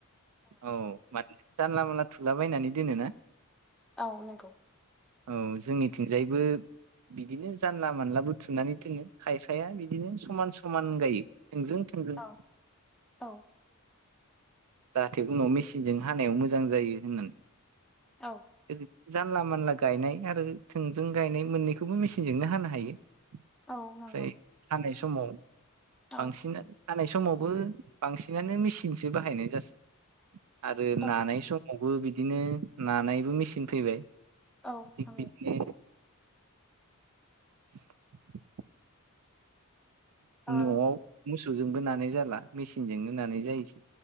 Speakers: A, on the right (about 90°); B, in the centre.
A: औ माने जानला मोनानला थुलाबायायनानै दोनोना
B: औ नंगौ
A: औ जोंनिथिंजायबो बिदिनो जानला मानला बुथुनानै दोनो खायफाया बिदिनो समान समान गायो थोंजों थोंजों
B: औ औ
A: जाहाथे उनाव मेचिनजों हानायाव मोजां जायो होननानै
B: औ
A: ओरैनो जानला मानला गायनाय आरो थोंजों गायनाय मोननैखौबो मेसिनजोंनो हानो हायो ओमफ्राय
B: औ नंगौ
A: हानाय समाव
B: औ
A: बांसिन हानाय समावबो बांसिनानो मेसिनसो बाहायनाय जासै आरो
B: औ
A: नानाय समावबो बिदिनो नानायबो मेचिन फैबाय
B: औ
A: थिग
B: औ
A: बिदिनो <inaudible>
B: ओ
A: न'आव मोसौजोंबो नानाय जाला मेचिनजोंनो नानाय जायोसै